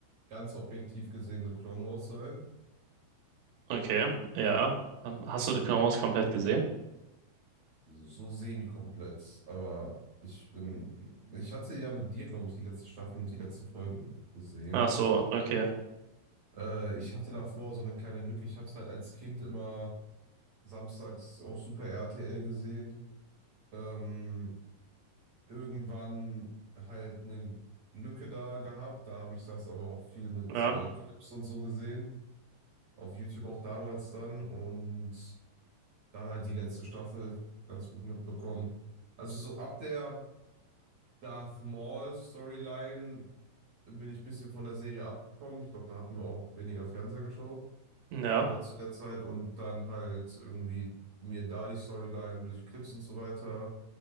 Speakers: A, on the right; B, on the right.
A: ganz objektiv gesehen The Clone Wars sein.
B: Okay, ja. Ähm, hast du The Clone Wars komplett gesehen?
A: So semi-komplett, aber ich bin. Ich hatte ja mit dir, glaube ich, die letzte Staffel und die letzten Folgen gesehen.
B: Ach so, okay.
A: Äh, ich hatte davor so eine kleine Lücke. Ich habe es halt als Kind immer samstags auf Super RTL gesehen. Ähm, irgendwann halt eine Lücke da gehabt. Da habe ich das aber auch viel mit
B: Ja,
A: äh, Clips und so gesehen. Auf YouTube auch damals dann. Und dann halt die letzte Staffel ganz gut mitbekommen. Also so ab der Darth Maul Storyline bin ich ein bisschen von der Serie abgekommen. Ich glaube, da hatten wir auch weniger Fernseher geschaut
B: ja.
A: äh, zu der Zeit. Und dann halt irgendwie mir da die Storyline durch Clips und so weiter